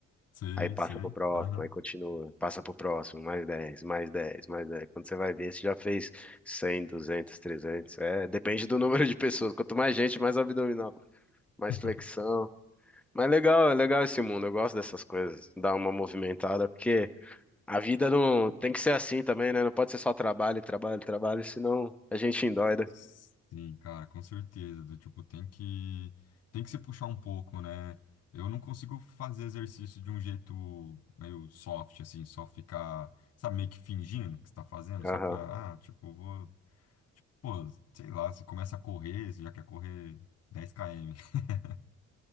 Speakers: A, on the left; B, in the centre.
A: Sei,
B: aí passa
A: sei,
B: pro próximo,
A: aham.
B: aí continua, passa pro próximo, mais dez mais dez mais 10. Quando você vai ver, você já fez cem duzentos trezentos É, depende do número de pessoas. Quanto mais gente, mais abdominal, mais
A: <laughs>
B: flexão. Mas legal, é legal esse mundo. Eu gosto dessas coisas, dar uma movimentada, porque a vida não tem que ser assim também, né? Não pode ser só trabalho, trabalho, trabalho, senão a gente endoida.
A: Sim, cara, com certeza. Do tipo, tem que tem que se puxar um pouco, né? Eu não consigo fazer exercício de um jeito meio soft, assim, só ficar, sabe, meio que fingindo que está fazendo, só
B: Aham,
A: pra, ah, tipo, vou Pô, sei lá, você começa a correr, você já quer correr dez km. <laughs>